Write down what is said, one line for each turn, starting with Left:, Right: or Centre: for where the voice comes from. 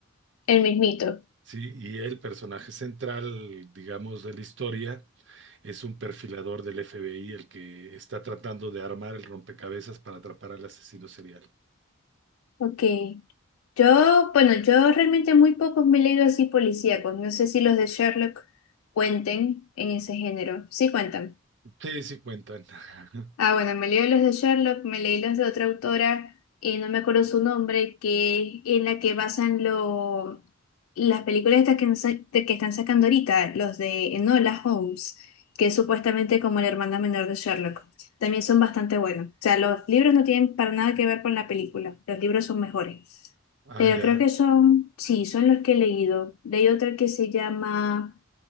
Left: El mismito.
Right: Sí, y el personaje central, digamos, de la historia es un perfilador del FBI, el que está tratando de armar el rompecabezas para atrapar al asesino serial.
Left: Ok. Yo, bueno, yo realmente muy pocos me he leído así policíacos. No sé si los de Sherlock cuenten en ese género. Sí cuentan.
Right: Sí, sí cuentan. <laughs>
Left: Ah, bueno, me leí los de Sherlock, me leí los de otra autora, eh, no me acuerdo su nombre, que en la que basan lo, las películas estas que, nos sa- que están sacando ahorita, los de Enola Holmes, que es supuestamente como la hermana menor de Sherlock. También son bastante buenos. O sea, los libros no tienen para nada que ver con la película, los libros son mejores.
Right: Ah,
Left: Pero
Right: ya.
Left: creo que son, sí, son los que he leído. Leí otra que se llama